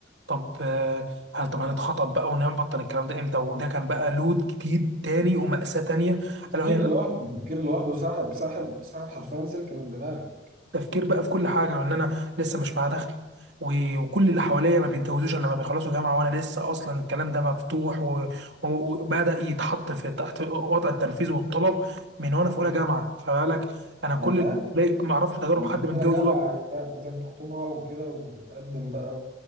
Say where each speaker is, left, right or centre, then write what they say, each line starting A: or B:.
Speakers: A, on the right; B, on the right.
A: طب آه، هل طب هنتخطب بقى ونبطل الكلام ده امتى وده كان بقى لود جديد تاني ومأساة تانية
B: التفكير
A: الا وهي
B: لوحده التفكير لوحده ساحب ساحب ساحب حرفيا سلك من دماغك
A: تفكير بقى في كل حاجه وان انا لسه مش معايا دخل و- وكل اللي حواليا ما بيتجوزوش الا لما بيخلصوا جامعه وانا لسه اصلا الكلام ده مفتوح و- و- وبدا يتحط في تحت وضع التنفيذ والطلب من وانا في اولى
B: مم.
A: جامعه فبالك انا كل
B: يا ده
A: اللي ما اعرفش تجارب
B: يعني
A: حد متجوز
B: يا جماعة
A: وهو-
B: عايزاك عايزاك تخطبها وكده وتتقدم بقى